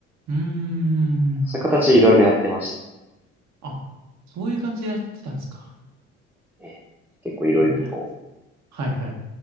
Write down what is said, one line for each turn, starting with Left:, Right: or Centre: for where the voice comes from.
Right: うーん。
Centre: そういう形でいろいろやってました。
Right: あ、そういう感じでやってたんですか。
Centre: ええ結構いろいろと。
Right: なるほど。はいはい。